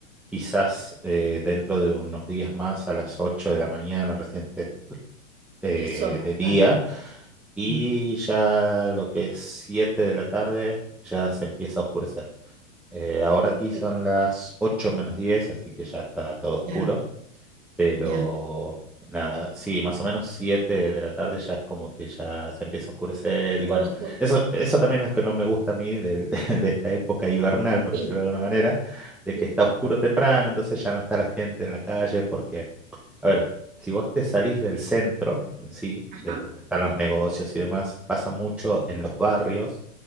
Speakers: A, in the centre; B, on the right (about 20°).
A: quizás eh, dentro de unos días más a las 8 de la mañana recién te- eh,
B: el sol,
A: de día
B: claro.
A: y
B: Mm,
A: ya lo que es 7 de la tarde ya se empieza a oscurecer. Eh, ahora
B: perfecto.
A: aquí son las 8 menos 10 así que ya está todo oscuro.
B: Ya,
A: Pero
B: ya,
A: nada, sí, más o menos 7 de la tarde ya es como que ya se empieza a oscurecer.
B: a
A: Y
B: todos.
A: bueno, eso, eso también es lo que no me gusta a mí del- <laughs> de, esta época hibernal, por
B: Sí.
A: decirlo de alguna manera, de
B: Mm.
A: que está oscuro temprano, entonces ya no está la gente en la calle porque a ver, si vos te salís del centro en sí,
B: Ajá.
A: del donde están los negocios y demás, pasa mucho en
B: Sí,
A: los barrios